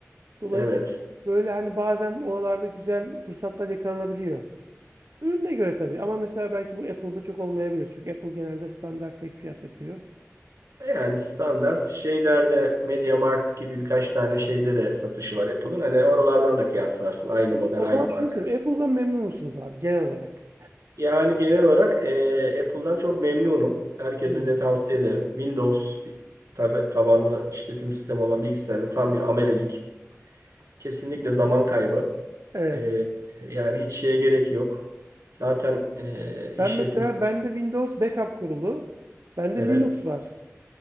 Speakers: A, on the right (about 65°); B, on the right (about 80°).
A: Dolayısıyla
B: Evet.
A: böyle hani bazen oralarda güzel fırsatlar yakalanabiliyor. Ürüne göre tabii ama mesela belki bu Apple'da çok olmayabilir. Çünkü Apple genelde standart tek fiyat yapıyor.
B: E Yani standart şeylerde MediaMarkt gibi birkaç tane şeyde de satışı var Apple'ın. Hani oralardan da kıyaslarsın. Aynı
A: Peki
B: model,
A: o zaman
B: aynı marka.
A: şunu sorayım. Apple'dan memnun musunuz abi genel olarak?
B: Yani genel olarak e, Apple'dan çok memnunum. Herkese
A: Hmm.
B: de tavsiye ederim. Windows tab- tabanlı işletim sistemi olan bilgisayarla tam bir amelelik. Kesinlikle zaman kaybı.
A: Evet.
B: E, yani hiç şeye gerek yok. Zaten e, işletim
A: Ben mesela bende Windows backup kurulu, bende
B: evet.
A: Linux var.